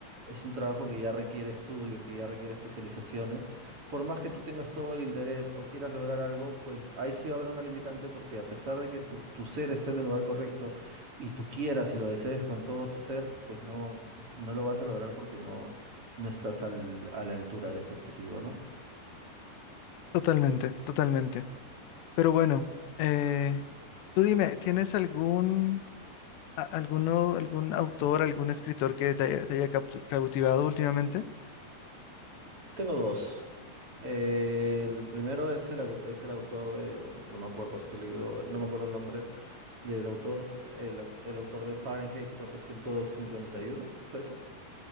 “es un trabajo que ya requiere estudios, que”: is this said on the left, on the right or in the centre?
Right